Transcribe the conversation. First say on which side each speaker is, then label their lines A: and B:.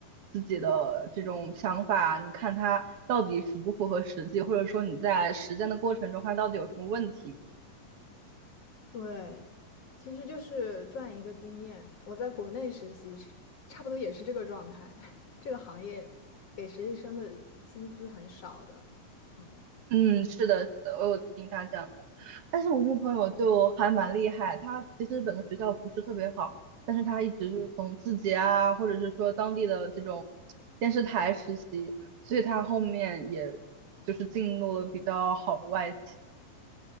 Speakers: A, on the right (about 55°); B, on the left (about 50°).
A: 自己的这种想法，你看它到底符不符合实际，或者说你在实践的过程中它到底有什么问题。
B: 对，其实就是赚一个经验。我在国内实习是差不多也是这个状态，<laughs> 这个行业给实习生的薪资很少的。嗯。
A: 嗯，是的，是的，我有听他讲过。但是我那个朋友就还蛮厉害，他其实本科学校不是特别好，但是他一直就是从字节啊，或者是说当地的这种电视台实习，所以他后面也就是进入了比较好的外企。